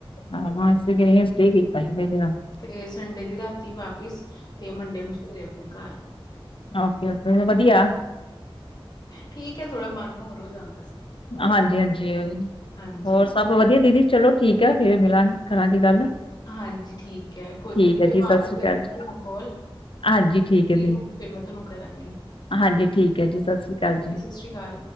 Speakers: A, on the left; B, on the left.
A: ਹੂੰ ਹੁਣ ਅਸੀਂ ਤੇ ਗਿਆ ਸਟੇਅ ਕੀਤਾ ਸੀ ਪਹਿਲੀ ਵਾਰ।
B: ਤੇ ਸੰਡੇ ਦੀ ਰਾਤੀ ਵਾਪਿਸ ਤੇ ਮੰਡੇ ਨੂੰ ਸਵੇਰੇ ਆਪਣੇ ਘਰ।
A: ਓਕੇ ਓਕੇ ਫੇਰ ਵਧੀਆ।
B: ਠੀਕ ਹੈ ਥੋੜਾ ਮਨ ਹੋਰ ਹੋ ਜਾਂਦਾ।
A: ਹਾਂਜੀ ਹਾਂਜੀ, ਉਹੀ
B: ਹਾਂਜੀ।
A: ਹੋਰ ਸਭ ਵਧੀਆ ਦੀਦੀ ਚਲੋ ਠੀਕ ਹੈ ਫੇਰ ਮਿਲਾਂਗੇ ਕਰਾਂਗੇ ਗੱਲ।
B: ਹਾਂਜੀ ਠੀਕ ਹੈ ਕੋਈ
A: ਠੀਕ
B: ਨੀ ਫਿਰ
A: ਹੈ ਜੀ
B: ਮੈਂ
A: ਸਤਿ
B: ਆਪੇ
A: ਸ੍ਰੀ
B: ਕਰਾਂਗੀ
A: ਅਕਾਲ ਜੀ
B: ਤੁਹਾਨੂੰ ਕੋਲ ਫਰੀ
A: ਹਾਂਜੀ ਠੀਕ ਹੈ ਦੀ
B: ਹੋ ਤੇ ਫੇਰ ਮੈਂ ਤਹਾਨੂੰ ਕਰਾਂਗੀ।
A: ਹਾਂਜੀ ਠੀਕ ਹੈ ਜੀ ਸਤਿ ਸ੍ਰੀ ਅਕਾਲ
B: ਠੀਕ
A: ਜੀ।
B: ਹੈ ਸਤਿ ਸ਼੍ਰੀ ਅਕਾਲ।